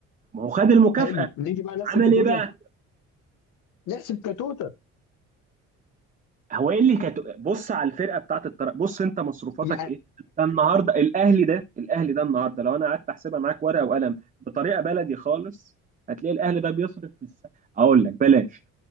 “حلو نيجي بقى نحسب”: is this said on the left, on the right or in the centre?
Left